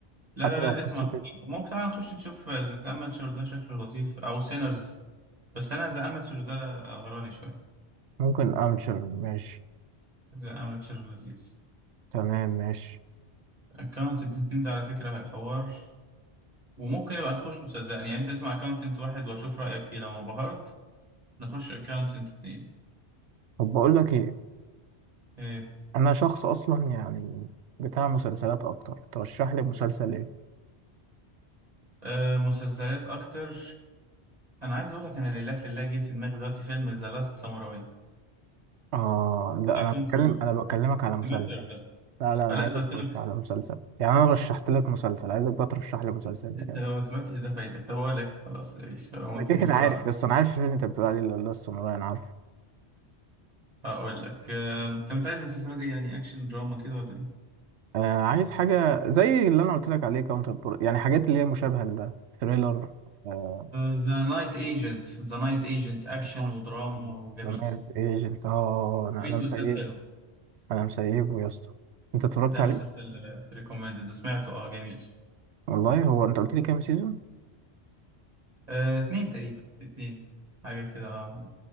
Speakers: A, on the right; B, on the right.
A: لا
B: حتى
A: لا لا
B: لو
A: اسمع
B: قصتي
A: ممكن طبعا نخش نشوف ذا اماتشر ده شكله لطيف او سينرز بس انا ذا اماتشر ده غراني شويه
B: ممكن امشر ماشي
A: ذا اماتشر لذيذ
B: تمام ماشي
A: اكونت الاتنين ده على فكره هيحور وممكن يبقى نخش صدقني يعني انت اسمع اكونتنت واحد واشوف رايك فيه لو انبهرت نخش اكونتنت اتنين
B: طب بقول لك ايه
A: ايه
B: انا شخص اصلا يعني بتاع مسلسلات اكتر ترشح لي مسلسل ايه
A: آه مسلسلات اكتر انا عايز اقول لك انا لله في لله جه في دماغي دلوقتي فيلم ذا لاست ساموراي
B: اه لا
A: بتاع
B: انا
A: توم
B: بتكلم
A: كروز
B: انا بكلمك على مسلسل
A: سمعت ولا لا؟
B: لا لا انا
A: آه لا
B: عايزك
A: طب استنى
B: ترشح لي مسلسل يعني انا رشحت لك مسلسل عايزك بقى ترشح لي مسلسل انت
A: انت
B: كمان
A: لو ما سمعتش ده فايتك طب اقول لك خلاص ايش لو انت
B: انا كده
A: مصر
B: كده عارف
A: على ده
B: لسه انا عارف الفيلم اللي انت بتقول عليه اللي هو لسه والله انا عارفه
A: هقول لك آم، طب انت عايز المسلسلات ايه يعني اكشن دراما كده ولا ايه
B: آه عايز حاجه زي اللي انا قلت لك عليه كاونتر بور يعني حاجات اللي هي مشابهه لده ثريلر آه
A: ذا نايت ايجنت ذا نايت ايجنت اكشن
B: اه
A: ودراما وجميل
B: لمارد ايجنت اه انا
A: وفي
B: انا
A: تويستات
B: مسيبه
A: حلو
B: انا مسيبه يا اسطى انت اتفرجت
A: ده
B: عليه
A: مسلسل ريكومندد سمعته اه جميل
B: والله هو انت قلت لي كام سيزون
A: آه، اتنين تقريبا اتنين حاجة كده اه